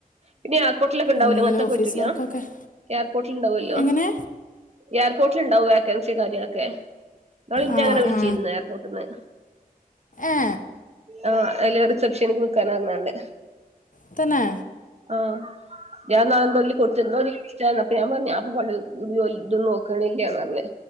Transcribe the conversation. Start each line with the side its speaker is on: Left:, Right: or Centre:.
Right: പിന്നെ എയർപോർട്ടിലൊക്കെ ഉണ്ടാവൂലോ
Left: എന്തെങ്കിലും
Right: അങ്ങനത്തക്കെ
Left: ഓഫീസ്
Right: പറ്റൂല
Left: വർക്കൊക്കെ
Right: എയർപോർട്ടിൽ ഉണ്ടാവല്ലോ
Left: എങ്ങനെ
Right: എയർപോർട്ടിലുണ്ടാവോ വോക്കൻസി കാര്യങ്ങളൊക്കെ നാൾ ഇനെ
Left: ആ
Right: അങ്ങനെ വിളിച്ചിര്ന്ന്
Left: ആ
Right: ഏർപോട്ട്ന്ന്
Left: ഏ
Right: ആ അല് റിസപ്ഷനിക്ക് നിക്കാനാർഞാണ്ട്.
Left: സ്തന്നെ.
Right: ആഹ് ഞാന്നതാല് കൊടുത് ന്ദോ ഷ്ള്ളാ പ്പോഞാൻ പറഞ് അപ്പൊ ഞാ ജോ ഇതൊന്നും നോക്ണ്ല്ലന്നർഞ്.